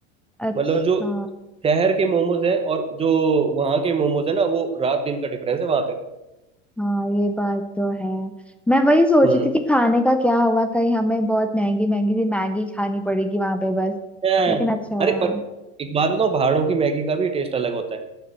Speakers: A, in the centre; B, on the right (about 15°).
A: अच्छा
B: मतलब जो शहर के मोमोज है और जो वहाँ के मोमोज है ना वो रात दिन का डिफरेंस है वहाँ पे
A: हाँ ये बात तो है मैं वही सोच
B: हम्म
A: रही थी कि खाने का क्या होगा कहीं हमें बहुत महंगी महंगी सी मैगी खानी पड़ेगी वहां पे बस
B: हैं।
A: लेकिन अच्छा हुआ
B: अरे पर एक बात बताऊँ पहाड़ों की मैगी का भी टेस्ट अलग होता है